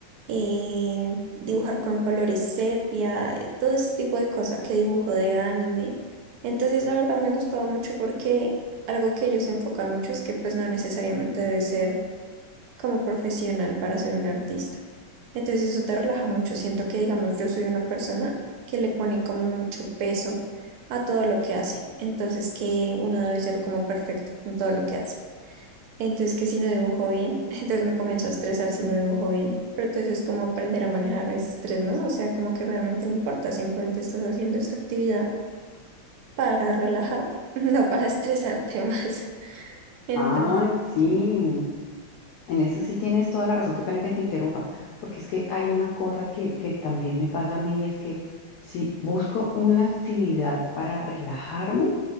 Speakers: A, on the right; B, on the left.
A: eh, dibujar con colores sepia, eh, todo ese tipo de cosas que dibujo de anime. Entonces, la verdad me gustaba mucho porque algo que ellos se enfocan mucho es que pues no necesariamente debes ser como profesional para ser un artista. Entonces, eso te relaja mucho. Siento que, digamos, yo soy una persona que le pone como mucho peso a todo lo que hace. Entonces, que uno debe ser como perfecto en todo lo que hace. Entonces, que si no dibujo bien, <laughs> entonces me comienzo a estresar si no dibujo bien. Pero entonces es como aprender a manejar ese estrés, ¿no? O sea, como que realmente no importa, simplemente estás haciendo esta actividad para relajarte, <laughs> no para estresarte más. <laughs> Entonces,
B: Ay, sí,
A: sí.
B: en eso sí tienes toda la razón, qué pena que te interrumpa, porque es que hay una cosa que, que también me pasa a mí, y es que si busco una actividad para relajarme,